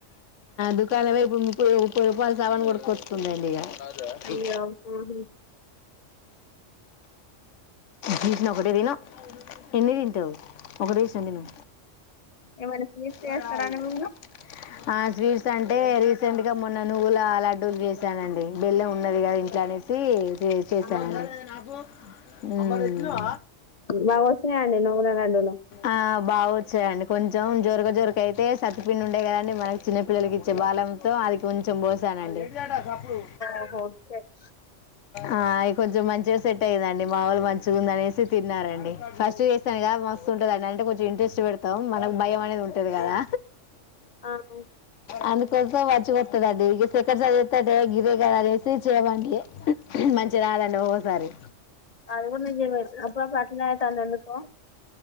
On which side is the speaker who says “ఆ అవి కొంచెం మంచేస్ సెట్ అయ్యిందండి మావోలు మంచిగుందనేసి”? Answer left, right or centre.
Left